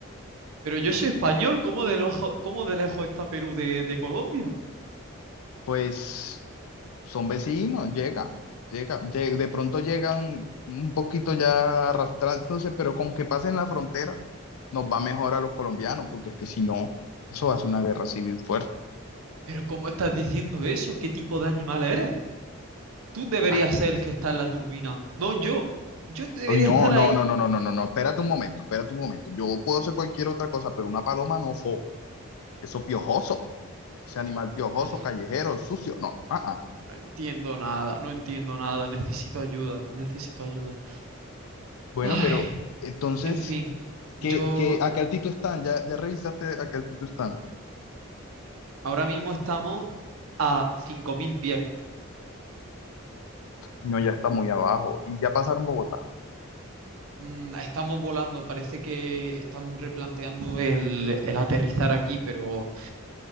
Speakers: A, on the right; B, on the left.
A: Pero yo soy español, ¿cómo de, lojo- cómo de lejos está Perú de, de Colombia?
B: Pues son vecinos, llegan, llegan, lle- de pronto llegan un poquito ya arrastrándose, pero con que pasen la frontera nos va mejor a los colombianos, porque es que si no, eso va a ser una guerra civil fuerte.
A: Pero ¿cómo estás diciendo eso? ¿Qué tipo de animal eres? Tú deberías
B: Ah,
A: ser el que está en la turbina, no yo. Yo debería
B: Uy, no,
A: estar
B: no,
A: ahí.
B: no, no, no, no, no, no, espérate un momento, espérate un momento. Yo puedo hacer cualquier otra cosa, pero una paloma no fo, eso piojoso, ese animal piojoso,
A: Madre,
B: callejero, sucio, no, ah, ah.
A: no entiendo nada, no entiendo nada. Necesito ayuda, necesito ayuda.
B: Bueno,
A: Ay,
B: pero entonces,
A: en fin,
B: ¿qué,
A: yo
B: qué, a qué altitud están? ¿Ya, ya revisaste a qué altitud están?
A: ahora mismo estamos a 5.000 pies.
B: No, ya está muy abajo. Y ya pasaron Bogotá.
A: Mm, Estamos volando, parece que están replanteando el, el aterrizar aquí, pero